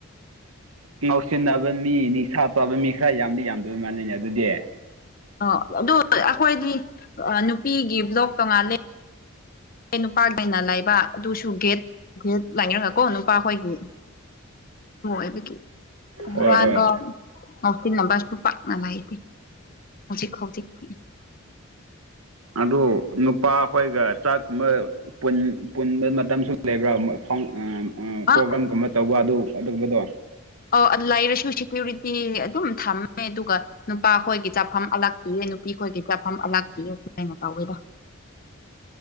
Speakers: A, on the right; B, on the left.
A: ꯉꯥꯎꯁꯤꯟꯅꯕ ꯃꯤ ꯅꯤꯡꯁꯥ ꯇꯥꯕ ꯃꯤ ꯈꯔ ꯌꯥꯝꯗꯤ ꯌꯥꯝꯗꯕ ꯃꯥꯅꯩꯅꯦ ꯑꯗꯨꯗꯤ
B: ꯑꯣ ꯑꯗꯨ ꯑꯩꯈꯣꯏꯗꯤ ꯅꯨꯄꯤꯒꯤ ꯕ꯭ꯂꯣꯛ ꯇꯣꯉꯥꯜꯂꯦ ꯑꯩ ꯅꯨꯄꯥꯒꯤ ꯑꯣꯏꯅ ꯂꯥꯏꯕ ꯑꯗꯨꯁꯨ ꯒꯦꯠ ꯒꯦꯠ ꯂꯥꯏꯔꯒ ꯀꯣ ꯅꯨꯄꯥꯈꯣꯏꯒꯤ ꯍꯣꯏ ꯑꯗꯨ ꯍꯨꯔꯥꯟꯕ
A: ꯍꯣꯏ ꯍꯣꯏ
B: ꯉꯥꯎꯁꯤꯟꯅꯕꯁꯨ ꯄꯥꯛꯅ ꯂꯩꯇꯦ ꯍꯧꯖꯤꯛ ꯍꯧꯖꯤꯛꯇꯤ꯫
A: ꯑꯗꫭ ꯅꯨꯄꯥ ꯍꯣꯏꯒ ꯆꯥꯛꯀꯨꯝꯕ ꯄꯨꯟ ꯄꯨꯟꯕ ꯃꯇꯝꯁꯨ ꯂꯩꯕ꯭ꯔꯥ ꯃꫭꯏ ꯐꯝ ꯑ ꯎ
B: ꯑ
A: ꯄ꯭ꯔꯣꯒ꯭ꯔꯝꯒꯨꯝꯕ ꯇꯧꯕ ꯑꯗꯨ ꯑꯗꯨꯒꯨꯝꯕꯗꯣ꯫
B: ꯑꫭ ꯑ ꯂꯩꯥꯏꯔꯁꯨ ꯁꯦꯀ꯭ꯌꯨꯔꯤꯇꯤ ꯑꯗꯨꯝ ꯊꯝꯃꯦ ꯑꯗꯨꯒ ꯅꯨꯄꯥ ꯈꯣꯏꯒꯤ ꯆꯥꯐꯝ ꯑꯂꯥꯛꯄꯤꯌꯦ ꯅꯨꯄꯤ ꯈꯣꯏꯒꯤ ꯆꯥꯐꯝ ꯑꯂꯥꯛꯄꯤꯌꯦ ꯁꯨꯃꯥꯏꯅ ꯇꯧꯋꯦꯗꯣ꯫